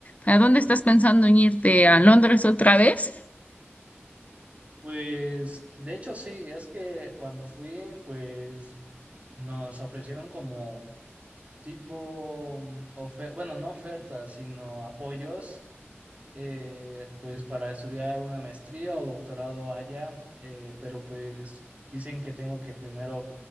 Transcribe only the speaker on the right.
Pues de hecho sí, es que cuando fui, pues nos ofrecieron como tipo mm, ofer bueno, no ofertas, sino apoyos, eh, pues para estudiar una maestría o doctorado allá, eh, pero pues dicen que tengo que primero